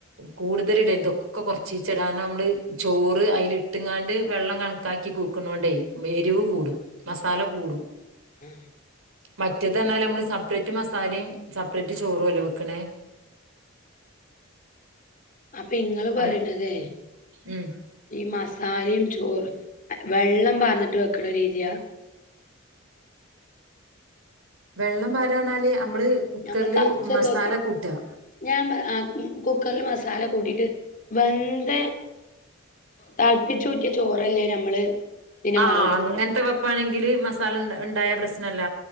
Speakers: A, on the right; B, on the left.
A: കൂടുതല ഇടരുതൊക്കെ കുറച്ചിച്ചിടാനോ നമ്മള് ചോറ് അതിൽ ഇട്ടുംങ്ങാണ്ട് വെള്ളം കണക്കാക്കി കൂക്കണണ്ടേ എരിവ് കൂടും മസാല കൂടും
B: ആഹ്
A: മാറ്റത്പറഞ്ഞാൽ നമ്മള് സെപ്പറേറ്റ് മസാലയും സെപ്പറേറ്റ് ചോറും അല്ലെ വെക്കണേ
B: അപ്പൊ ഇങ്ങള് പറയണതേ
A: അങ്- ഉം
B: ഈ മസാലയും ചോറ് വെള്ളം പറഞ്ഞിട്ട് വെക്കണ രീതിയാ
A: വെള്ളം വാരാനാല് നമ്മള് കുക്കറില്
B: ഞമ്മള് കപ്സൊക്കെ
A: മസാല
B: വെക്കണ
A: കൂട്ടുക
B: ഞാൻ കുക്കറിൽ മസാല കൂട്ടിട്ട് വെന്ത താളപ്പിച്ചു ഉറ്റിയ ചോറല്ലേ നമ്മള് ഇതിന്റെ
A: ആഹ്
B: മുകൾക്കിടാ
A: അങ്ങനത്തെ വപ്പാണെങ്കില് മസാല ഉ ഉണ്ടായ പ്രശ്നല്ല